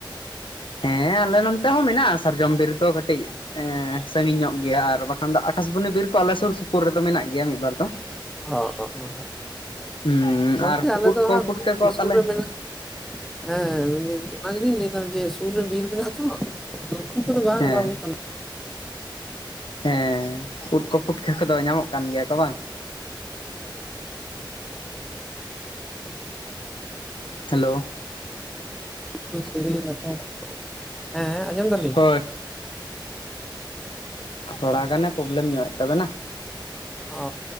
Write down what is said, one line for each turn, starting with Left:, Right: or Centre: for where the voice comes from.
Left: ᱦᱮᱸ ᱟᱞᱮ ᱱᱚᱱᱛᱮ ᱦᱚᱸ ᱢᱮᱱᱟᱜᱼᱟ ᱥᱟᱨᱡᱚᱢ ᱵᱤᱨ ᱫᱚ ᱠᱟᱹᱴᱤᱡ ᱮᱸ ᱥᱟᱺᱜᱤᱧ ᱧᱚᱜ ᱜᱮᱭᱟ ᱟᱨ ᱵᱟ ᱠᱷᱟᱱ ᱫᱚ ᱟᱠᱟᱥᱵᱟᱱᱤ ᱵᱤᱨ ᱠᱚ ᱟᱞᱮ ᱥᱩᱨ ᱥᱩᱯᱩᱨ ᱨᱮᱫᱚ ᱢᱮᱱᱟᱜ ᱜᱮᱭᱟ ᱢᱤᱫ ᱵᱟᱨ ᱫᱚ᱾
Centre: ᱦᱚᱜ ᱚ ᱦᱚᱜ ᱚ
Left: ᱦᱩᱸ
Centre: ᱜᱚᱢᱠᱮ
Left: ᱟᱨ
Centre: ᱟᱞᱮ
Left: ᱩᱫ
Centre: ᱫᱚ
Left: ᱠᱚ
Centre: ᱦᱟᱸᱜ
Left: ᱯᱩᱴᱠᱟᱹ ᱠᱚ
Centre: ᱥᱩᱨ
Left: ᱛᱟᱞᱮ
Centre: ᱨᱮ ᱢᱮᱱᱟᱜ ᱦᱮᱸ ᱚᱱᱟ ᱢᱮᱱ ᱫᱟᱹᱧ ᱚᱱᱟ ᱜᱮᱞᱤᱧ ᱞᱟᱹᱭᱫᱟ ᱡᱮ ᱥᱩᱨ ᱨᱮ ᱵᱤᱨ ᱢᱮᱱᱟᱜ ᱟᱛᱚ, ᱩᱱᱠᱩ ᱠᱚ ᱫᱚ ᱵᱟᱝ
Left: ᱦᱮᱸ
Centre: ᱵᱟᱹᱱᱩᱜ ᱛᱟᱞᱮ
Left: ᱦᱮᱸ ᱩᱫ ᱠᱚ ᱯᱩᱴᱠᱟᱹ ᱠᱚᱫᱚ ᱧᱟᱢᱚᱜ ᱠᱟᱱ ᱜᱮᱭᱟ ᱠᱚ ᱵᱟᱝ? ᱦᱮᱞᱳ,
Centre: ᱩᱱᱠᱩ ᱥᱚᱲᱮ ᱞᱮᱴᱚ ᱦᱮᱸ ᱟᱸᱡᱚᱢ ᱫᱟᱞᱤᱧ᱾
Left: ᱦᱳᱭ ᱛᱷᱚᱲᱟ ᱜᱟᱱᱮ ᱯᱨᱚᱵᱞᱮᱢ ᱧᱚᱜᱮᱫ ᱛᱟᱵᱮᱱᱟ᱾
Centre: ᱚ